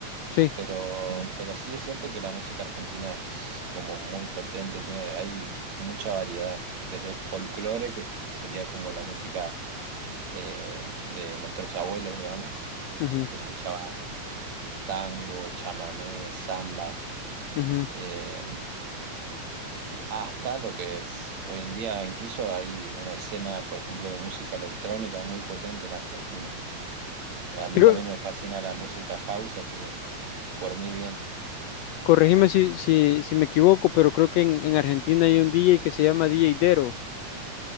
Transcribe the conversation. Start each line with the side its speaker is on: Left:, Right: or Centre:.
Left: Sí,
Right: pero, Mm. pero sí es cierto que la música argentina es como muy potente, tiene, hay mucha variedad, desde el folclore, que sería como la música eh, de nuestros abuelos, digamos,
Left: ujú,
Right: que escuchaban tango, chamamé, samba.
Left: ujú.
Right: eh, y hasta lo que es hoy en día, incluso hay una escena, por ejemplo, de música electrónica muy potente en Argentina. A mí
Left: Creo,
Right: también me fascina la música house, así que por mí bien.
Left: corregime si, si, si me equivoco, pero creo que en, en Argentina hay un DJ que se llama DJ Dero,